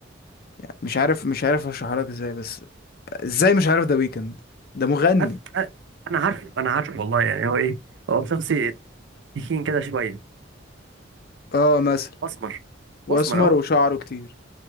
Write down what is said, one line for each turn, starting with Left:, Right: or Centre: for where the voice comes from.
Left: يعني مش عارف مش عارف اشرحها لك ازاي بس ازاي مش عارف ده ويكند ده مغني
Right: انا أنا- أنا عارفه انا عارفه والله يعني هو ايه هو شخصي تخين كده شويه
Left: اه مثلا
Right: اسمر
Left: واسمر
Right: اسمر اهو
Left: وشعره كتير